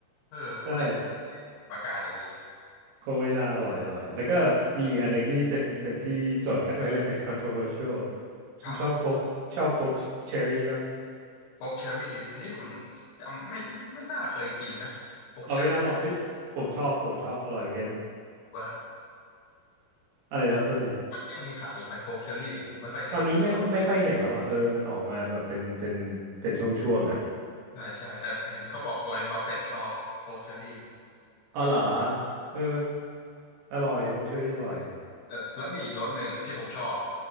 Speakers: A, on the left (about 85°); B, on the right (about 75°).
A: เออพูดแล้ว
B: ใช่
A: อากาศอย่างนี้
B: โคกวานิลาอร่อยอร่อยแล้วก็มีอีกอันหนึ่งที่เป็นเป็นที่โจทย์กันเออเรียกว่าเป็น controversial คุณชอบโค้กชอบโค้กเชอร์รี่ปะ
A: ครับโค้กเชอร์รี่อันนี้ผมจำไม่ไม่น่าเคยกินนะโค้กเชอร์รี่
B: เอาไม่น่าลองเอ้ยผมชอบผมชอบอร่อยเหมือนกัน
A: ว่า
B: อะไรนะครับโทษที
A: ยังมีขายอยู่ไหมโค้กเชอร์รี่เนี่ยผมไม่ค่อยเห็นเลย
B: ตอนนี้ไม่ค่อยไม่ค่อยเห็นแล้วอ่ะเออมันออกมาแบบเป็นเป็นเป็นช่วงๆอ่ะ
A: ใช่ใช่แต่เห็นเขาบอกวอร์เรนบัฟเฟตชอบโค้กเชอร์รี่
B: เอาเหรอเอออร่อยโคกเชอรี่อร่อย
A: เออแล้วมีอีกรสหนึ่งที่ผมชอบ